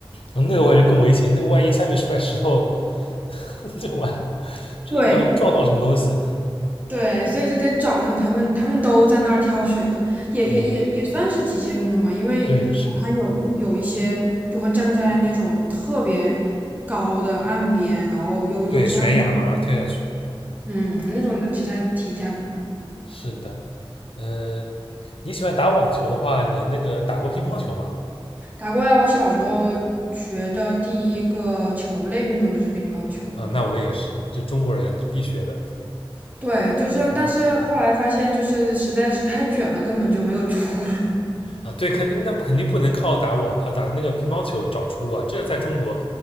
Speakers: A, on the left; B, on the right.
A: 哦那个我感觉更危险，那个万一下面是块石头，<laughs> 就完了，这一不小撞到什么东西。
B: 对，对，所以就得找那种他们他们都在那儿跳水的，也也也也算是极限运动吧。
A: 嗯，
B: 因为我看有有一些就会站在那种特别
A: 对，是的，
B: 高的岸边，然后又又下面，
A: 对，悬崖嘛，然后跳下去。
B: 嗯，那种的其实还挺吓人的。
A: 是的，嗯、你喜欢打网球的话，你那个打过乒乓球吗？
B: 打过来，我小时候学的第一个球类运动就是乒乓球。
A: 啊，那我也是，这中国人就必学的。
B: 对，就是，但是后来发现，
A: 嗯，
B: 就是实在是太卷了，根本就没有出路。
A: 啊，对，肯定那肯定不能靠打网啊打那个乒乓球找出路啊，这个在中国，